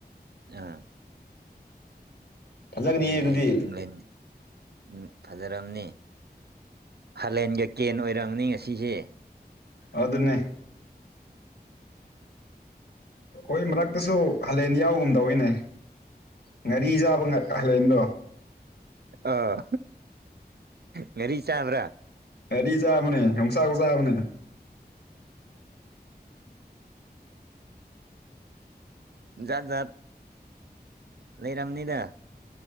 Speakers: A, on the right; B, on the left.
A: ꯑꯥ
B: ꯐꯖꯒꯅꯤꯍꯦ
A: ꯅꯣꯏ
B: ꯑꯗꯨꯗꯤ
A: ꯍꯥꯏ ꯏꯪꯂꯦꯟ ꯎꯝ ꯐꯖꯔꯝꯅꯤ ꯍꯥꯂꯦꯟꯒ ꯀꯦꯟ ꯑꯣꯏꯔꯃꯅꯤ ꯉꯁꯤꯁꯦ
B: ꯑꯗꯨꯅꯦ ꯑꯩꯈꯣꯏ ꯃꯔꯛꯇꯁꯨ ꯍꯥꯂꯦꯟ ꯌꯥꯎꯒꯨꯝ ꯇꯧꯋꯤꯅꯦ ꯉꯥꯔꯤ ꯆꯥꯕ ꯍꯥꯂꯦꯟꯗꯣ
A: ꯑꯥ ꯉꯔꯤ ꯆꯥꯕ꯭ꯔꯥ
B: ꯉꯥꯔꯤ ꯆꯥꯕꯅꯦ ꯌꯣꯡ ꯆꯥꯛ ꯆꯥꯕꯅꯦ <inaudible>
A: ꯖꯥꯠ ꯖꯥꯠ ꯂꯩꯔꯝꯅꯤꯗ